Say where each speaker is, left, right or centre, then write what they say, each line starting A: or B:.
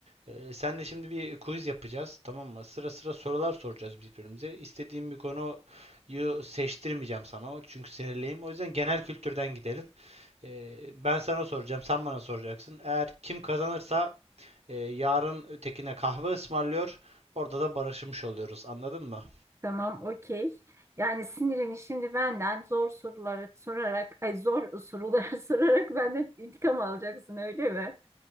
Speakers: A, on the right; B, on the right.
A: E, senle şimdi bir quiz yapacağız, tamam mı? Sıra sıra sorular soracağız birbirimize. İstediğim bir konuyu seçtirmeyeceğim sana. Çünkü sinirliyim. O yüzden genel kültürden gidelim. E, ben sana soracağım, sen bana soracaksın. Eğer kim kazanırsa e, yarın ötekine kahve ısmarlıyor. Orada da barışmış oluyoruz. Anladın mı?
B: Tamam, okey. Yani sinirini şimdi benden zor soruları sorarak, ay zor soruları <laughs> sorarak benden intikam alacaksın öyle mi?